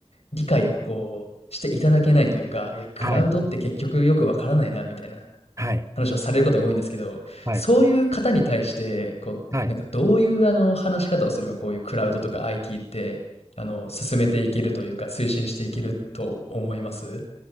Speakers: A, on the left; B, on the right.
A: 理解をこう、していただけないというか、いや、クラウドって結局よくわからないな、
B: はい、
A: みたいな。
B: はい、
A: 話をされることが多いんですけど、
B: はい、
A: そういう方に対して、こう、
B: はい。
A: なんかどういうあの話し方をすればこういうクラウドとか IT って、あの、進めていけるというか、推進していけると思います？